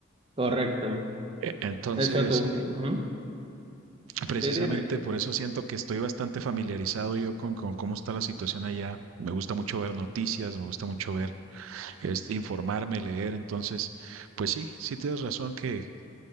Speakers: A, on the right (about 25°); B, on the right (about 75°).
A: correcto.
B: E- Entonces,
A: De hecho, tú, ujú,
B: Precisamente
A: Sí, dime.
B: por eso siento que estoy bastante familiarizado yo con, con cómo está la situación allá. Me gusta mucho ver noticias, me gusta mucho ver, este, informarme, leer. Entonces, pues sí, sí tienes razón que,